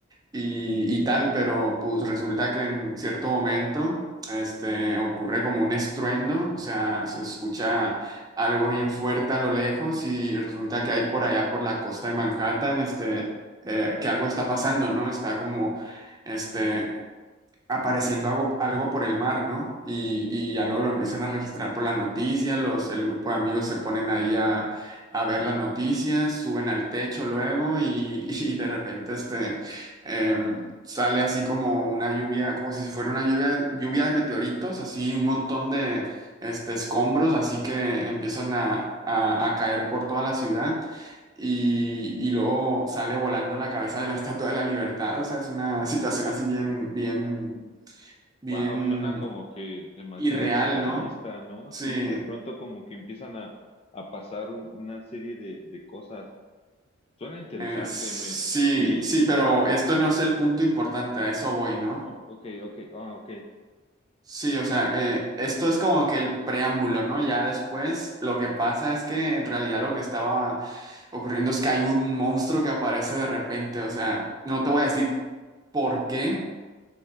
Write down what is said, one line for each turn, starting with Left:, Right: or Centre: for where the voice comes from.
Right: y, y tal, pero pues resulta que en cierto momento este, ocurre como un estruendo, o sea, se escucha algo bien fuerte a lo lejos y resulta que hay por allá por la costa de Manhattan, este, eh, que algo está pasando, ¿no? Está como, este, apareciendo algo, algo por el mar, ¿no? Y, y ya luego lo empiezan a registrar por la noticia, los, el grupo de amigos se ponen ahí a, a ver las noticias, suben al techo luego y, <laughs> y de repente este, em, sale así como una lluvia, como si fuera una lluvia de, lluvia de meteoritos, así un montón de este, escombros, así que empiezan a, a, a caer por toda la ciudad. Y, y luego sale volando la cabeza de la Estatua de la Libertad. O sea, es una situación así bien, bien bien
Left: Wow, suena como que demasiado
Right: irreal,
Left: surrealista,
Right: ¿no?
Left: ¿no?
Right: Sí,
Left: Sí, de pronto como que empiezan a, a pasar un- una serie de, de cosas. Suena interesante,
Right: eh, sí,
Left: me... ¿Y,
Right: sí, pero
Left: y cuál?
Right: esto no es el punto importante, a eso voy, ¿no?
Left: Oh, ok, ok, ah, ok.
Right: Sí, o sea, eh, esto es como que el preámbulo, ¿no? Ya después lo que pasa es que en realidad lo que estaba ocurriendo es que hay un monstruo que aparece de repente, o sea, no te voy a decir por qué,